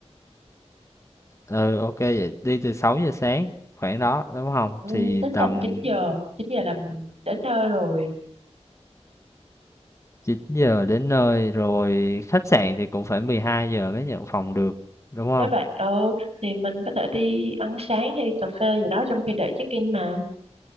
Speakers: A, on the left; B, on the right.
A: Ừ, OK vậy đi từ 6 giờ sáng khoảng đó đúng không?
B: ừ,
A: Thì
B: tính
A: tầm
B: tầm chín giờ chín giờ là mình đến nơi rồi
A: 9 giờ đến nơi rồi khách sạn thì cũng phải 12 giờ mới nhận phòng được đúng không?
B: nếu vậy ừ thì mình có thể đi ăn sáng hay đi cà phê gì đó trong khi đợi check in mà